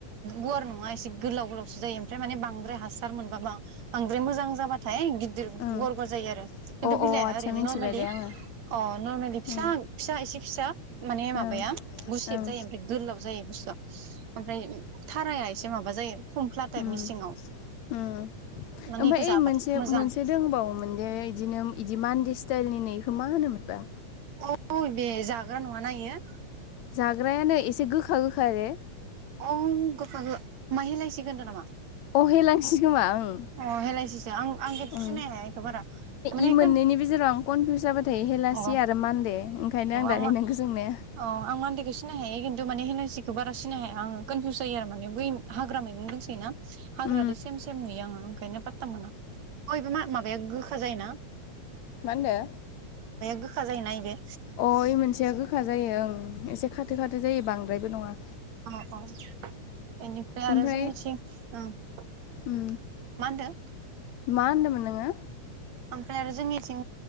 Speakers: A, on the right; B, on the left.
A: गुवार न मासे गोलाव-गोलावसो जायो ओमफ्राय माने बांद्राय हासार मोनबा बांद्राय मोजां जाबाथाय गि दिर
B: ओं
A: गुवार-गुवार जायो आरो। खिन्थु
B: अ
A: बिलायआ
B: अ आदसा
A: ओरैनो
B: मिथिबाय
A: नरमेलि
B: दे आङो
A: अ नरमेलि फिसा-फिसा
B: ओं
A: एसे फिसा माने माबाया
B: ओं
A: गुसेब
B: ओं
A: जायो ओमफ्राय गोलाव जा बे बुस्थुआ ओमफाय थाराया एसे माबा जायो फमफला टायपनि
B: उम
A: सिङाव
B: उम
A: माने
B: ओमफ्राय
A: इखो
B: ओइ
A: जाबाथाय
B: मोनसे
A: मोजां।
B: मोनसे दंबावोमोन दे इदिनो इदि मान्दि स्टाइलनि नै इखौ मा होनोमोनबा
A: अ बे जाग्रा नंङाना इयो
B: जाग्रायानो एसे गोखा-गोखा रे
A: अं गोखाखो मा हेलायसिखो होनदो नामा।
B: अहेलांसि खोमा ओं
A: अ हेलायसिसो आं आं
B: ओं
A: सिनायहाया इखो बारा माने
B: इ मोननैनि
A: कोन
B: गेजेराव आं कनफिउस
A: अ
B: जाबाय थायो हेलासि
A: अ
B: आरो मानदे ओंखायनो
A: आं
B: दानि
A: मा
B: नोंखौ सोंनाया
A: अ आं मानदेखो सिनाय हायो खिन्थु माने हेलांसिखौ बारा सिनाय हाया आंङो कनफिउस जायो आरो माने बै हाग्रा मैगं दोंसोयो ना हाग्रादो
B: उम
A: सेम-सेम नुयो आंङो ओंखायनो फाथथा मोना अ इबो मा माबाया गोखा जायो ना।
B: मा होनदो
A: गोखा जायो ना इबो
B: अ ओइ मोनसेया गोखा जायो ओं एसे खाथो-खाथो जायो बांद्रायबो नंङा।
A: औ औ बेनिफ्राय आरो
B: ओमफ्राय
A: जों मिथि ओ मा
B: उम
A: होनदों
B: मा होनदोमोन नोंङो
A: ओमफ्राय आरो जोंनिथिं